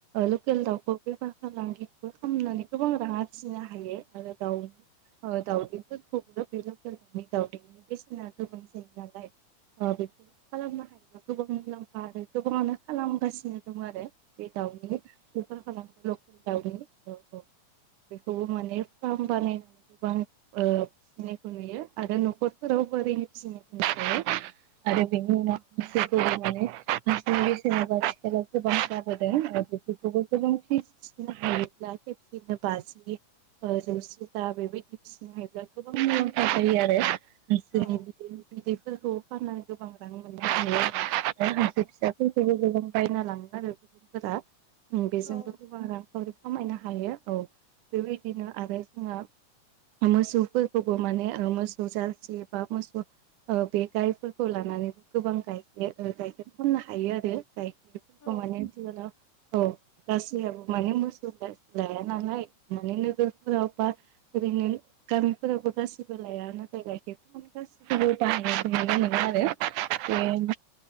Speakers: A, on the right (about 85°); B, on the left (about 50°).
A: लकेल दाउखौ बेफार फालांगिबो खालामनानै गोबां राङ आरजिनो हायो आरो दाउनि दाउदै फोरखोबो दाउदैनि बेसेना गोबां जायो नालाय बेखौ खालामनो हायोबा गोबां मुलाम्फा आरो गोबाङानो खालामगासिनो दं आरो बे दाउनि बेफार खालामो लकेल दाउनि औ औ बेखौबो माने फार्म बानायनानै गोबां नुयो आरो न'खरफोराव बोरैनो फिसिनायखौ मिथि आरो बेनि उनाव बेफोरखौ लानानै आथिखालनि बेसेना आथिखालावबो गोबांथार होदों आरो बेफोरखौबो गोबां फिसिनो हायोब्ला खेबसेनो बाजि जौसे ता बेबायदि फिसिनो हायोब्ला गोबां मुलाम्फा जायो आरो गासै
B: औ
A: बिदै
B: खोनादों औ
A: बिदैफोरखौ फाननानै गोबां लोगोसे फिसाफोरखौबो गोबां बायना लाङो आरो गुबुनफोरा
B: औ
A: बेजोंबो गोबां रांखावरि खामायनो हायो औ बेबायदिनो आरो जोंहा मोसौफोरखौबो माने मोसौ जारसि बा मोसौ बे गायफोरखौ लानानैबो गोबां गाय गाइखेर फननो हायो आरो गाइखेरफोरखौ
B: औ
A: माने औ गासै माने मोसौ लाया नालाय माने नगरफोराव बा ओरैनो गामिफोरावबो गाैबो लाय नथाय गाइखेरखौ माने गासिखौबो बाहनाय नुनो मोनो आरो